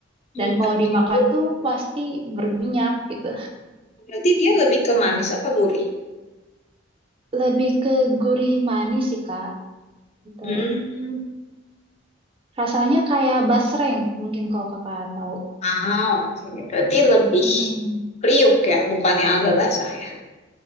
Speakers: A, on the left; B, on the right.
A: Hmm.
B: Dan kalau
A: Tapi
B: dimakan
A: dia tuh
B: tuh pasti berminyak gitu.
A: berarti dia lebih ke manis apa gurih?
B: Lebih ke gurih manis sih, Kak. Gitu.
A: Hmm.
B: Rasanya kayak basreng, mungkin kalau Kakak tahu.
A: Ah, oke. Berarti lebih
B: Mm-mm.
A: kriuk ya, bukannya agak basah ya.